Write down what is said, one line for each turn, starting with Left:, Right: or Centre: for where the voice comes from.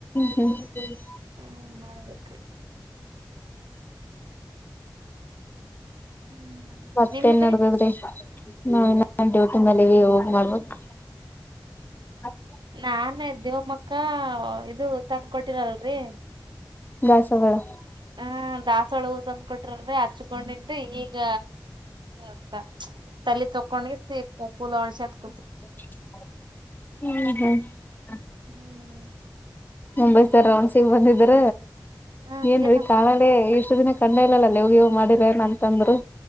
Left: ಹೌದ <unintelligible>
Right: ಹೂ ಮಾಡ್ಬೇಕ್ರಿ. <unintelligible> ಹ್ಮ್
Left: ಮತ್ತೇನ್
Right: ನಿಮ್ದ್ರಿ
Left: ನಡದದ್ರಿ ನಾವ ಇನ್ನ ನಮ್ಮ ಡ್ಯೂಟಿ ಮೇಲ ಅದೀವಿ ಹೋಗ್ ಮಾಡ್ಬೇಕ್ <unintelligible> <unintelligible>
Right: ನಾನ ದೇವಮ್ಮಕ್ಕ ಇದು ತಂದ್ ಕೊಟ್ಟಿದರಲ್ರರಿ. <unintelligible>
Left: ಭ್ಯಾಸಗಳ <unintelligible>
Right: ಹ ದಾಸವಾಳ ಹೂ ತಂದು ಕೊಟ್ರಲ್ರಿ ಹಚ್ಚಿಕೊಂಡಿದ ಈಗ ಅಂತ <unintelligible> ತಲೀ ಚೊಕ್ಕ ವನಗಿಸಿ ಕೂದಲ ವರೆಸ್ಕೊಂಡ <unintelligible>
Left: <inaudible> ಹೂ ಹ <unintelligible>
Right: ಹೂ <unintelligible>
Left: ಮುಂಬೈತರ ರನ್ಗ್ ಬಂದಿದ್ರ
Right: ಹ
Left: ಏನ್ರೀ
Right: ಏನಂದ್ರ
Left: ಕಾಾಲಳ ಇಷ್ಟು ದಿನ ಕಂಡ ಇಲ್ಲಲ್ಲಾ ಇವ್ಗ ಇವ್ ಮಾಡಿದರ ಏನ್ ಅಂತಂದ್ರು